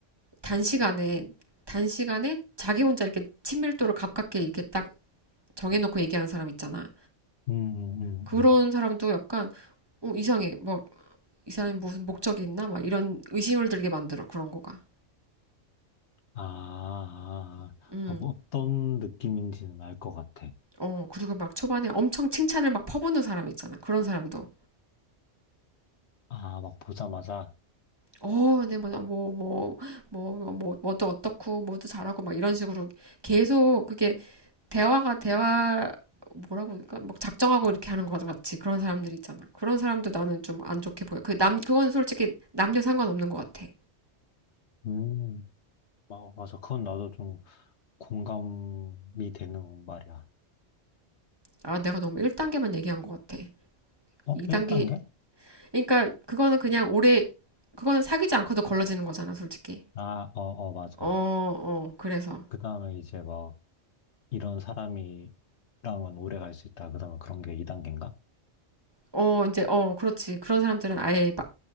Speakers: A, on the right (about 20°); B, on the left (about 70°).
A: 단시간에, 단시간에 자기 혼자 이렇게 친밀도를 가깝게 이렇게 딱 정해놓고 얘기하는 사람 있잖아.
B: 음, 음, 음,
A: 그런
B: 음.
A: 사람도 약간, 어, 이상해. 뭐, 이 사람이 무슨 목적이 있나? 막 이런 의심을 들게 만들어. 그런 거가.
B: 아, 아, 아,
A: 음.
B: 아, 뭐 어떤 느낌인지는 알 것 같아.
A: 어, 그리고 막 초반에 엄청 칭찬을 막 퍼붓는 사람 있잖아. 그런 사람도.
B: 아, 막 보자마자.
A: 어, 네, 뭐, 뭐, 뭐, 뭐, 뭐, 뭐, 뭐도 어떻고, 뭐도 잘하고, 막 이런 식으로 계속 그게 대화가 대화, 뭐라고, 그러니까 막 작정하고 이렇게 하는 것 같이 그런 사람들 있잖아. 그런 사람도 나는 좀 안 좋게 보여. 그 남, 그건 솔직히 남녀 상관없는 것 같아.
B: 음, 아, 맞아. 그건 나도 좀 공감이 되는 말이야.
A: 아, 내가 너무 1단계만 얘기한 것 같아.
B: 어,
A: 2단계,
B: 1단계?
A: 그러니까 그거는 그냥 오래, 그거는 사귀지 않고도 걸러지는 거잖아, 솔직히.
B: 아, 어, 어, 맞아.
A: 어, 어, 그래서.
B: 그 다음에 이제 막 이런 사람이랑은 오래 갈 수 있다. 그 다음에 그런 게 2단계인가?
A: 어, 이제, 어, 그렇지. 그런 사람들은 아예 마-